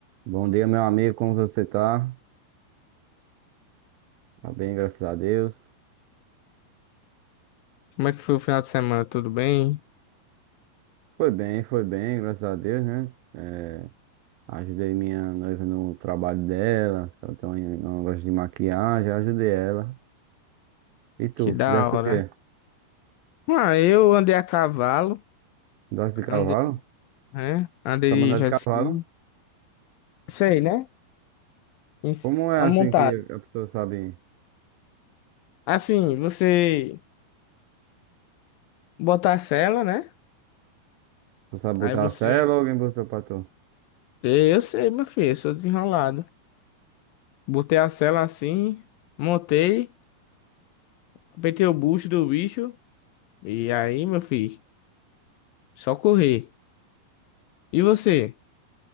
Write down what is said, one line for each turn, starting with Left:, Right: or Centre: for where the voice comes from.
Right: Bom dia, meu amigo, como você tá? Tá bem, graças a Deus.
Left: Como é que foi o final de semana? Tudo bem?
Right: Foi bem, foi bem, graças a Deus, né? É, ajudei minha noiva no trabalho dela, ela tem um um negócio de maquiagem, ajudei ela. E tu,
Left: Que da
Right: fizesse
Left: hora.
Right: o quê?
Left: Ah, eu andei a cavalo,
Right: Doce de cavalo?
Left: andei, né? Andei
Right: Tá mandado
Left: de jet
Right: de cavalo?
Left: ski. Sei, né? Em-
Right: Como é
Left: A
Right: assim
Left: montado.
Right: que a pessoa sabe?
Left: Assim, você botar a sela, né?
Right: Tu sabe botar
Left: Aí você.
Right: a sela ou alguém botou pra tu?
Left: Eu sei, meu filho, eu sou desenrolado. Botei a sela assim, montei, apertei o bucho do bicho. E aí, meu filho, só correr. E você?